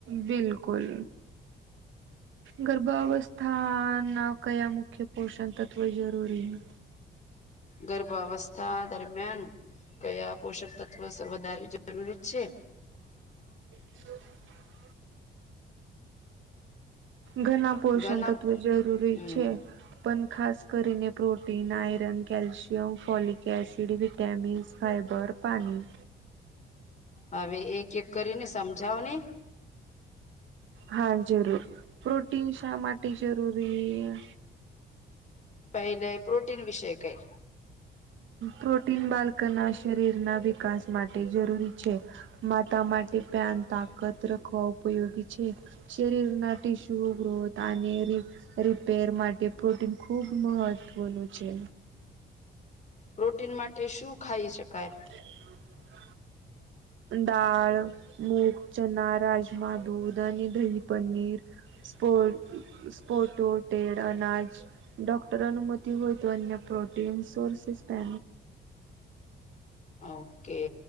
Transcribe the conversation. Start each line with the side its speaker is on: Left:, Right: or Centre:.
Right: બિલકુલ. ગર્ભાવસ્થાના કયા મુખ્ય પોષણ તત્વ જરૂરી છે?
Left: ગર્ભાવસ્થા દરમિયાન કયા પોષક તત્વ વધારે જરૂરી છે.
Right: <unintelligible> ઘણા પોષણ
Left: ઘના
Right: તત્વો જરૂરી
Left: હમ
Right: છે. પણ ખાસ કરીને protein, iron, calcium, folic acid. ટેમીઝ, ફાઈબર, પાણી.
Left: હવે એક-એક કરીને સમજાવો ને?
Right: હા, જરૂર પ્રોટીન શા માટે જરૂરી?
Left: પહેલા પ્રોટીન વિષય કઈ
Right: પ્રોટીન બાળકના શરીરના વિકાસ માટે જરૂરી છે. માતા માટે પ્યાન તાકત રાખવા ઉપયોગી છે. શરીરના ટિશ્યુ ગ્રત અને રિપેર માટે પ્રોટીન ખુબ મહત્વનું છે.
Left: પ્રોટીન માટે શું ખાઈ શકાય?
Right: હ. દાળ, મૂગ, ચના, રાજમા, દૂધ અને દહી, પનીર. ો સ્પોટો ેડ અનાજ <unintelligible> ડોક્ટર અનુમતિ હોય તો, અન્ય પ્રોટીન સોર્સ પહે.
Left: ઓકે,